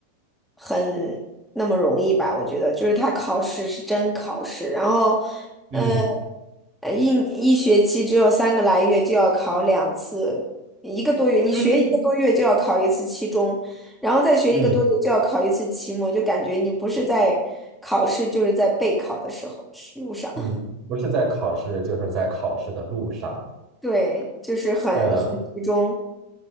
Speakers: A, in the centre; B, on the right.
A: 很那么容易吧？我觉得，就是他考试是真考试，然后，
B: 嗯
A: 呃，呃一一学期只有三个来月就要考两次，一个多月，你学一个多月就要考一次期中，
B: 嗯
A: 然后再学一个多月就要考一次期末，
B: 嗯，
A: 就感觉你不是在考试，就是在备考的时候路上，
B: 嗯，
A: <laughs>
B: 不是在考试，就是在考试的路上。
A: 对，就是很很集中。
B: 嗯，